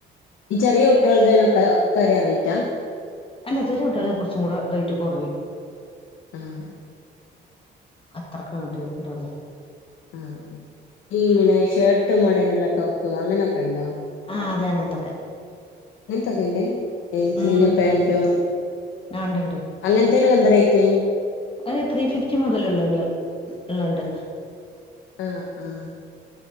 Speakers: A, on the left (about 80°); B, on the left (about 25°).
A: ഈ ചെറിയ കുട്ടിയാളുടെത്തീനൊക്കെ ഒക്കെ ഒരേ റേറ്റ് ആ.
B: അല്ല ചെറിയ കുട്ടിയാളീൻ കുറച്ചും കൂടെ റേറ്റ് കുറയും.
A: ഹും.
B: അത്രയ്ക്ക് അങ്ങോട്ട് ഇണ്ടാവൂല.
A: ആ ഈ പിന്നെ ഷേർട്ട് മോഡലുള്ള ടോപ്പ് അങ്ങനെയൊക്കെ ഉണ്ടോ?
B: ആ അതെ അങ്ങനത്തൊക്കെ.
A: അങ്ങനത്തൊക്കെല്ലേ ജീൻ
B: ഉം
A: പാന്റും
B: ആ ഉണ്ട്ണ്ട്
A: അങ്ങനത്തീനോക്കെന്താ റേറ്റ്.
B: ഒരു ത്രീ ഫിഫ്റ്റി മുതലള്ളള്ള ഉള്ളണ്ട്.
A: ആഹ് ആഹ്